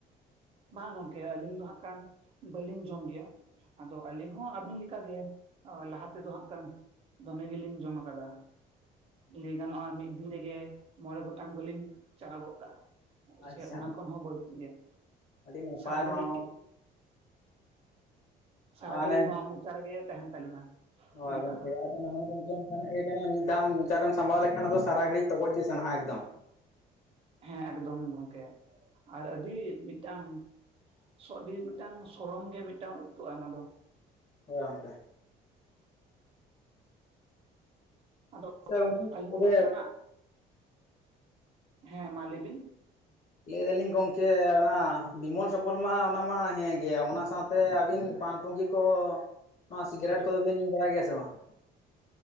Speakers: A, on the right; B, on the left.
A: ᱵᱟᱝ ᱜᱚᱝᱠᱮ ᱟᱹᱞᱤᱧ ᱫᱚ ᱦᱟᱜ ᱠᱷᱟᱱ ᱵᱟᱹᱞᱤᱧ ᱡᱚᱢ ᱜᱮᱭᱟ᱾ ᱟᱫᱚ ᱟᱹᱞᱤᱧ ᱦᱚᱸ ᱟᱹᱵᱤᱱ ᱞᱮᱠᱟᱜᱮ ᱞᱟᱦᱟ ᱛᱮᱫᱚ ᱦᱟᱜ ᱠᱟᱱ ᱫᱚᱢᱮ ᱜᱮᱞᱤᱧ ᱡᱚᱢ ᱠᱟᱫᱟ᱾ ᱞᱟᱹᱭ ᱜᱟᱱᱚᱜᱼᱟ ᱢᱤᱫ ᱫᱤᱱ ᱨᱮᱜᱮ ᱢᱚᱬᱮ ᱜᱚᱴᱟᱝ ᱫᱚ ᱞᱤᱧ ᱪᱟᱞᱟᱣ ᱜᱚᱫ ᱠᱟᱜᱼᱟ᱾
B: ᱟᱪᱪᱷᱟ
A: ᱥᱮ ᱚᱱᱟ ᱠᱷᱚᱱ ᱦᱚᱸ ᱵᱟᱹᱲᱛᱤ ᱜᱮ
B: ᱟᱹᱰᱤ ᱱᱟᱯᱟᱭ
A: ᱥᱟᱨᱟ
B: ᱱᱚᱣᱟ
A: ᱜᱷᱟᱹᱲᱤᱡ
B: ᱦᱚᱸ
A: ᱦᱮᱸ᱾ ᱥᱟᱨᱟ
B: ᱢᱟᱱᱮ
A: ᱜᱷᱟᱹᱲᱤᱡ ᱱᱚᱣᱟ ᱢᱚᱪᱟ ᱨᱮᱜᱮ ᱛᱟᱦᱮᱱ ᱛᱟᱹᱞᱤᱧᱟ
B: ᱦᱳᱭ
A: ᱚᱱᱠᱟ᱾
B: ᱜᱚᱝᱠᱮ ᱟᱨ ᱚᱱᱟ ᱦᱚ ᱜᱟᱫᱮᱞ ᱚᱱᱠᱟ ᱱᱟᱜ ᱜᱮ ᱠᱟᱱᱟ ᱢᱤᱫ ᱫᱷᱟᱣ ᱢᱚᱪᱟᱨᱮᱢ ᱥᱟᱢᱵᱟᱣ ᱞᱮᱠᱷᱟᱱ ᱟᱫᱚ ᱥᱟᱨᱟ ᱜᱷᱟᱹᱲᱤᱡ ᱛᱚᱜᱚᱡ ᱜᱮ ᱥᱟᱱᱟ ᱮᱠᱫᱚᱢ᱾
A: ᱦᱮᱸ ᱮᱠᱫᱚᱢ ᱜᱚᱝᱠᱮ ᱟᱨ ᱟᱹᱰᱤ ᱢᱤᱫᱴᱟᱝ ᱥᱚᱰᱤ ᱢᱤᱫᱴᱟᱝ ᱥᱚᱨᱚᱢ ᱜᱮ ᱢᱤᱫᱴᱟᱝ ᱟᱹᱭᱠᱜᱼᱟ ᱚᱱᱟ ᱫᱚ᱾
B: ᱦᱳᱭ ᱜᱚᱝᱠᱮ᱾
A: ᱟᱫᱚ
B: ᱟᱪᱪᱷᱟ ᱜᱚᱝᱠᱮ
A: ᱟᱹᱞᱤᱧ
B: ᱛᱚᱵᱮ
A: ᱦᱚᱸ ᱚᱱᱠᱟᱱᱟᱜ ᱦᱮᱸ ᱢᱟ ᱞᱟᱹᱭ ᱵᱤᱱ
B: ᱞᱟᱹᱭ ᱫᱟᱞᱤᱧ ᱜᱚᱝᱠᱮ ᱚᱱᱟ ᱵᱤᱢᱚᱞ ᱥᱚᱯᱚᱞ ᱢᱟ ᱚᱱᱟ ᱢᱟ ᱦᱮᱸ ᱜᱮ ᱚᱱᱟ ᱥᱟᱶᱛᱮ ᱟᱹᱵᱤᱱ ᱯᱟᱱ ᱯᱩᱝᱜᱤ ᱠᱚ ᱱᱚᱣᱟ ᱥᱤᱜᱟᱨᱴ ᱠᱚᱫᱚ ᱵᱮᱱ ᱧᱩ ᱵᱟᱲᱟᱭ ᱜᱮᱭᱟ ᱥᱮ ᱵᱟᱝ?